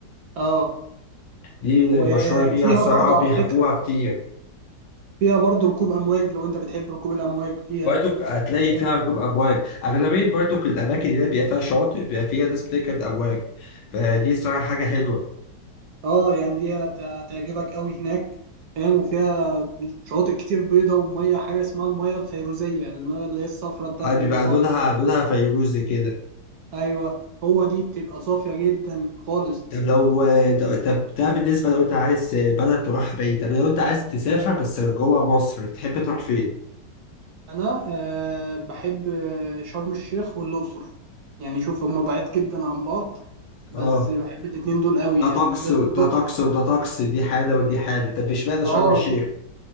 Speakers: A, on the right; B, on the left.
A: اه
B: دي
A: وفيها
B: مشهورة بيها الصراحة
A: برضه
B: بيحبوها
A: على فكرة
B: كتير
A: فيها برضه ركوب امواج لو انت بتحب ركوب الامواج فيها
B: بارتوك هتلاقي
A: فيها
B: فيها ركوب أمواج أغلبية بارتوك الأماكن اللي هي بيبقى فيها شواطئ بيبقى فيها ناس بتركب أمواج فدي الصراحة حاجة حلوة
A: اه يعني دي هت- هتعجبك قوي هناك فاهم وفيها شواطئ كتير بيضة ومية حاجة اسمها المية الفيروزية المية اللي هي الصفرة الدافية
B: آه، بيبقى
A: دي خالص
B: لونها لونها فيروزي كده
A: أيوة هو دي بتبقى صافية جدا خالص
B: طب لو طب طب ده بالنسبة لو انت عايز بلد تروح بعيد طب لو انت عايز تسافر بس جوه مصر تحب تروح فين؟
A: أنا أه بحب آه، شرم الشيخ والأقصر يعني شوف هما بعيد جدا عن بعض بس
B: اه
A: بحب الاتنين دول قوي
B: ده
A: يعني
B: طقس
A: بالذات
B: وده
A: الأقصر
B: طقس وده طقس دي حالة ودي حالة طب اشمعنى
A: اه
B: شرم الشيخ؟
A: دي